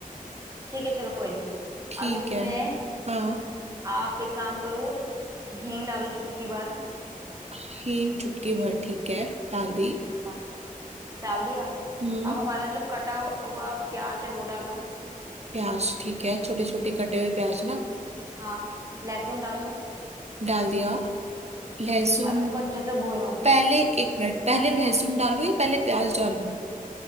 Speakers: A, on the right; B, on the right.
A: ठीक है चलो कोई नहीं
B: ठीक
A: अब इसमें
B: है हाँ
A: आप एक काम करो हींग डालो चुटकी भर
B: हींग चुटकी भर ठीक है डाल दी
A: हाँ डाल दिया
B: हम्म
A: अब हमारा जो कटा हुआ प्याज है वो डालो
B: प्याज ठीक है छोटे छोटे कटे हुए प्याज ना
A: हाँ लहसुन डालो
B: डाल दिया लहसुन
A: अब इसको अच्छे से भूनो
B: पहले एक मिनट पहले लहसुन डालूं या पहले प्याज डालूं